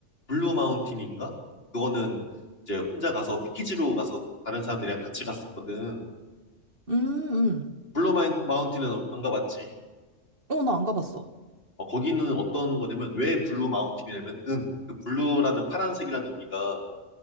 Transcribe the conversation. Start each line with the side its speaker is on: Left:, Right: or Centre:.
Left: 블루 마운틴인가? 그거는 이제 혼자 가서 패키지로 가서 다른 사람들이랑 같이 갔었거든.
Right: 음.
Left: 블루 마운틴은안 가봤지.
Right: 어, 나 안 가봤어.
Left: 어, 거기는 어떤 거냐면, 왜 블루 마운틴이냐면은, 그 블루라는 파란색이라는 의미가,